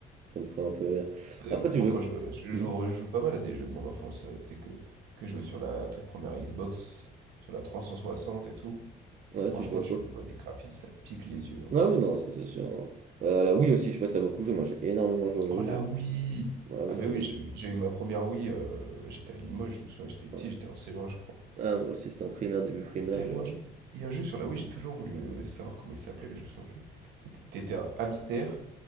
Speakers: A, on the right; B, on the right.
A: ça me ferait un peu rire.
B: Euh,
A: Après, tu
B: moi,
A: jouais...
B: quand je, je
A: Hmm.
B: joue, je joue pas mal à des jeux de mon enfance, euh, tu sais, que, que je jouais sur la toute première Xbox, sur la 360 et tout.
A: Ouais,
B: Et franchement,
A: tu jouais à
B: tu
A: quoi?
B: vois des graphismes, ça pique les yeux. hein.
A: Ah oui, non, ça c'est sûr. hein. Euh, la Wii aussi, je passe à beaucoup jouer, moi j'ai énormément joué à la
B: Oh
A: Wii.
B: la
A: hein.
B: Wii!
A: Ah oui,
B: Ah mais
A: la
B: oui,
A: Wii.
B: j'ai eu j'ai eu ma première Wii, euh, j'étais à Limoges, je me souviens, j'étais petit,
A: ouais.
B: j'étais en C1 je crois.
A: Ah, moi aussi, c'était en primaire, début primaire,
B: Il y a Tellement
A: j'ai...
B: de jeux. Il y a un jeu sur la Wii, j'ai toujours voulu euh, savoir comment il s'appelait, mais je me souviens plus. c'était t'étais un hamster